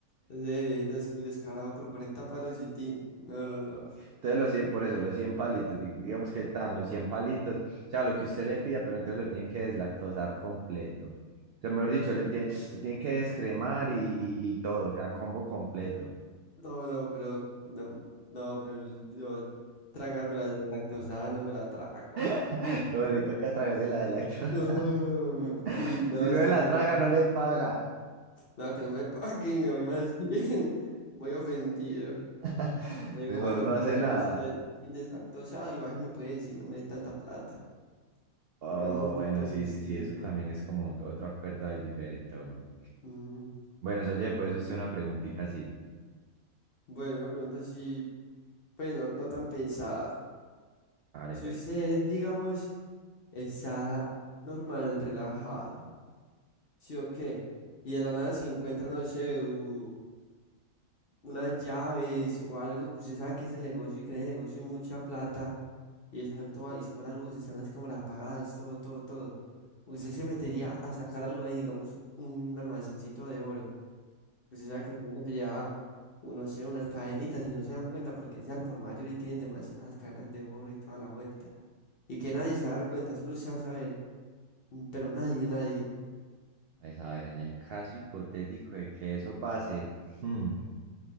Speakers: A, on the left (about 45°); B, on the right (about 65°).
A: Ese viejito es muy descarado por 40 palos y tin. No, no, no.
B: Entonces los 100 por eso, los cien palitos, di- digamos que están los 100 palitos, o sea, lo que usted le pida, pero entonces lo tiene que deslactosar completo. O sea, mejor dicho, le tiene, lo tiene que descremar y, y, y todo, o sea, combo completo.
A: No, no, pero no, no, pero el- yo tragarme la lactosada no me la trago.
B: <laughs> No, le toca tragarse la de lactosa.
A: No,
B: <laughs>
A: uy, no,
B: Si
A: es
B: no se
A: que
B: la
A: esas,
B: traga, no le paga.
A: No, que no me <laughs> pague y me voy más bien. <laughs> Voy ofendido.
B: <laughs>
A: Le digo,
B: Mejor
A: bueno,
B: no
A: cuadremos
B: hace nada.
A: sin, des- sin deslactosada y baje me puede decir, no me dé tanta plata.
B: Oh,
A: Digamos un
B: bueno,
A: trato
B: sí,
A: justico.
B: sí, sí, eso también es como otro acuerdo ahí diferente, hongo.
A: Mm,
B: Bueno, oye, pues usted una preguntita así.
A: Bueno, una pregunta así, pues no, no tan pesada.
B: Hágale
A: Si
B: pues.
A: usted, digamos, está normal, relajada, ¿sí o qué? Y de la nada se encuentra, no sé, u- unas llaves o algo que usted sabe que es el negocio y que en el negocio hay mucha plata. Y están todas, y se fue la luz, están las cámaras apagadas, todo, todo, todo. Usted se metería a sacar algo ahí, digamos, un almacencito de oro. Usted sabe que de pronto se lleva, uno sé, unas cadenitas y no se dan cuenta porque es al por mayor y tienen demasiadas cadenas de oro y toda la vuelta. Y que nadie se va a dar cuenta, solo usted va a saber. mm, Pero nadie, nadie.
B: Pues a ver, en el caso hipotético de que eso pase, hmm,